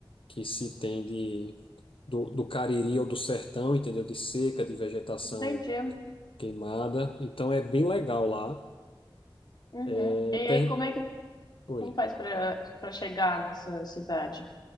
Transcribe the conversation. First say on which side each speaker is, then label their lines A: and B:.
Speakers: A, on the left; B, on the left.
A: que se tem de do, do Cariri ou do sertão, entendeu? De seca, de vegetação
B: Entendi.
A: queimada. Então é bem legal lá.
B: Uhum.
A: É,
B: E aí,
A: per...
B: como é que
A: Oi.
B: como faz para para chegar nessa cidade?